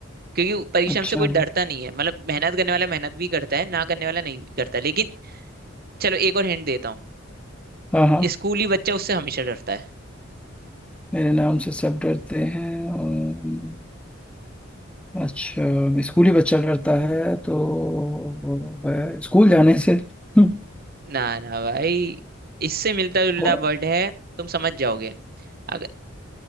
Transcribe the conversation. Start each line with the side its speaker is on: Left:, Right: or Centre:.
Right: क्योंकि परिश्रम
Centre: अच्छा
Right: से कोई डरता नहीं है मतलब मेहनत करने वाला मेहनत भी करता है ना करने वाला नहीं भी करता लेकिन चलो एक और हिंट देता हूँ
Centre: हाँ हाँ
Right: स्कूली बच्चा उससे हमेशा डरता है
Centre: मेरे नाम से सब डरते हैं अम्म, अच्छा स्कूल ही बच्चा डरता है तो वो है, स्कूल जाने से <laughs>
Right: ना ना भाई इससे मिलता जुलता
Centre: ओ,
Right: वर्ड है तुम समझ जाओगे अगर